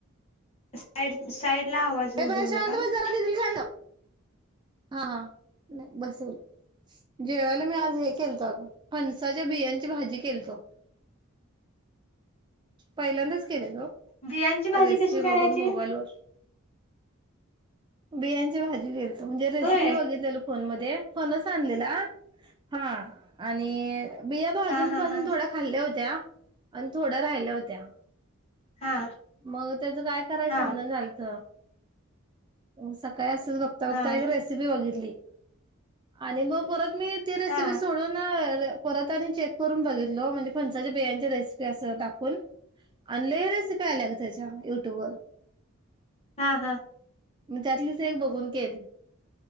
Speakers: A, on the left; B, on the right.
A: <inaudible> साईड साईड ला आवाज होऊ
B: ए बाळ
A: देऊ नका
B: शांत बस जरा दीदी <unintelligible>
A: <inaudible>
B: हा हा नाई बसवलं. जेवायला मी आज हे केलतो अगं फणसाच्या बियाची भाजी केलतो. पहिल्यांदाच केलंय ग
A: बियांची भाजी
B: रेसिपी
A: कशी करायची
B: बघून मोबाईलवर. बियांची भाजी केलतो म्हणजे रेसिपी
A: होय
B: बघितलेल फोन मदे फणस आणलेला हा आणि बिया भाजून
A: हा हा
B: भाजून
A: हा
B: थोड्या खाल्ल्या होत्या आणि थोड्या राहि ल्या होत्या.
A: हा
B: मग त्याचं काय करायच
A: हा
B: समजना झालंत. सकाळी असच बघता
A: हा
B: बघता एक रेसिपी बघितली. आणि मग परत मी ती रेसिपी
A: हा
B: सोडून अ परत आणि चेक करून बघितलो म्हणजे फणसाच्या बियांची रेसिपी अस टाकून आणि लई रे तेच्या युट्यूब वर
A: हा हा
B: <inaudible> म त्यातलीच एक बगून केली.